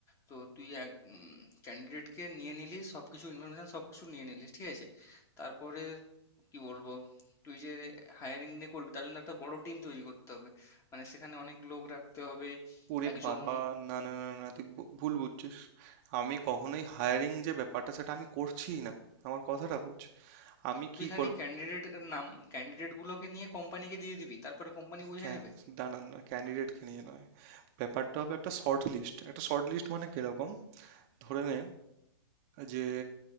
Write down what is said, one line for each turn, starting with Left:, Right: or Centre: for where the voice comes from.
Left: তো তুই এক ক্যান্ডিডেটকে নিয়ে নিলি সবকিছু ইনফরমেশন সবকিছু নিয়ে নিলি ঠিক আছে তারপরে কি বলবো তুই যে হায়ারিং নিয়ে করবি তার জন্য একটা বড় টিম তৈরি করতে হবে মানে সেখানে অনেক লোক রাখতে হবে
Right: ওরে
Left: একজন
Right: বাবা না না না না তুই ভু- ভুল বুঝছিস আমি কখনোই হায়ারিং যে ব্যাপারটা সেটা আমি করছিই না আমার কথাটা বোঝ আমি
Left: তুই
Right: কি
Left: খালি
Right: করব
Left: ক্যান্ডিডেট নাম ক্যান্ডিডেট গুলোকে নিয়ে কোম্পানিকে দিয়ে দিবি তারপরে কোম্পানি বুঝে
Right: ক্যা-
Left: নেবে
Right: দাঁড়ান না ক্যান্ডিডেটকে নিয়ে নয় ব্যাপারটা হবে একটা শর্ট লিস্ট একটা শর্ট লিস্ট মানে কিরকম ধরে নে যে